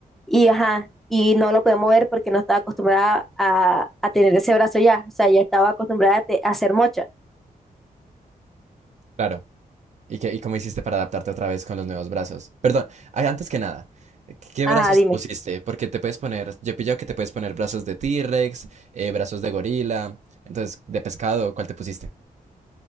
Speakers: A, in the centre; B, on the right.
A: y ajá, y no lo podía mover porque no estaba acostumbrada a, a tener ese brazo ya, o sea, ya estaba acostumbrada a, te- a hacer mocha.
B: claro. ¿Y qué, y cómo hiciste para adaptarte otra vez con los nuevos brazos? Perdón, ay, antes que nada, ¿qué
A: Ajá,
B: brazos
A: dime.
B: te pusiste? Porque te puedes poner, yo he pillado que te puedes poner brazos de T-Rex, eh, brazos de gorila, entonces de pescado, ¿cuál te pusiste?